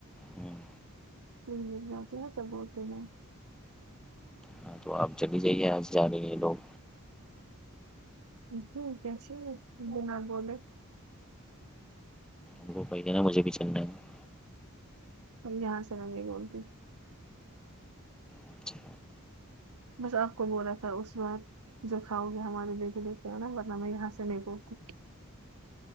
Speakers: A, in the centre; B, on the right.
A: ہمم
B: نہیں لیکر جاتی ہے پر بولتی ہیں
A: ہاں تو آپ چلی جائیے اج جارے یے لوگ
B: جی کسے بینا بولے
A: <unintelligible>
B: یہاں سے ممی کو بولتی ہو
A: اچھا
B: بس آپ کو بولا تھا اس بار جو کاؤ گی ہمارے لیے بھی لیکے انا ورنہ میں یہاں سے نہیں بولتی